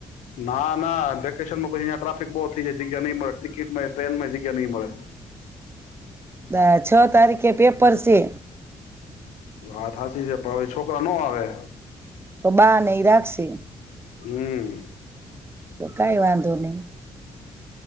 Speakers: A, on the left; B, on the right.
A: ના ના વેકેશનમાં પછી અહીંયા ટ્રાફિક બહુ થઈ જાય જગ્યા નહી મળે ટિકિટમાં ટ્રેન માં જગ્યા નહી મળે.
B: દા છ તારીખે પેપર છે.
A: એ વાત હાચી છે પ એ છોકરા નો આવે.
B: તો બાને ઈ રાખશે.
A: હમ
B: તો કઈ વાંધ ધો નહીં.